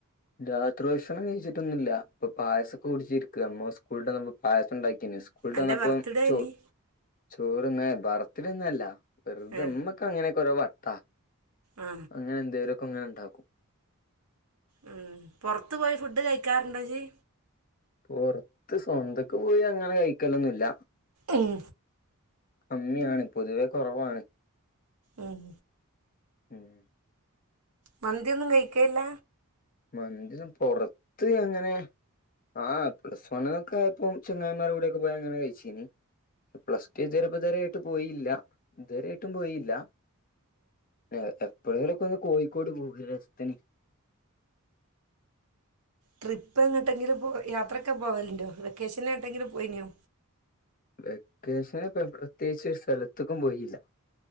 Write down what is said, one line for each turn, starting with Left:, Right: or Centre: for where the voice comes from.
Left: രാത്രി ഭക്ഷണം കഴിച്ചിട്ടൊന്നും ഇല്ല ഇപ്പൊ പായസൊക്കെ കുടിച്ചിരിക. മോൻ സ്കൂൾ വിട്ട് വന്നപ്പോ പായസം ഉണ്ടാക്കിനി സ്കൂളിട്ട്
Right: എൻ്റെ
Left: വന്നപ്പോ
Right: ബർത്ത്ഡേ
Left: ചോ
Right: ഇനി
Left: ചോറ്ന്നേ ബർത്തിഡെ ഒന്നൂല്ല വെറുതെ
Right: ആ
Left: മ്മക്കങ്ങനെ രു വട്ടാ
Right: ആ
Left: അങ്ങനെ ന്തേലും ങ്ങനെ ണ്ടാക്കും
Right: ഉം പോർത് പോയി ഫുഡ് കഴിക്കാർണ്ടോ ജ്
Left: പൊറത്ത് സ്വന്തൊക്ക പോയി അങ്ങനെ കഴിക്കലൊന്നുല്ല
Right: ഉം
Left: കമ്മിയാണ് പൊതുവെ കൊർവാണ്
Right: ഉം
Left: ഉം
Right: മന്തിയൊന്നും കഴിക്കേല്ല
Left: മന്തിന്നും പൊറത്ത് അങ്ങനെ ആ പ്ലസ് വൺ ന്നൊക്കെ ആയപോം ചങ്ങായിമാരെകൂടെക്കെ പോയി അങ്ങനെ കഴിച്ചീൻ പ്ലസ് ടു എതിരപതരെ പോയില്ല ഇതുവരായിട്ടും പോയില്ല <unintelligible> എപ്പയേലോക്കൊന്ന് ഒന്ന് കോഴിക്കോട് പോം രസ്ത്തിൻ
Right: ട്രിപ്പ് എങ്ങട്ടെങ്കിലും പോ യാത്രൊക്കെ പോവൽണ്ടോ വെക്കേഷൻ എങ്ട്ടെലും പൊയിനോ
Left: വെക്കേഷൻ ഇപൊ എവ് പ്രത്യേകിച്ച് ഒര് സ്ഥലത്ക്കും പോയില്ല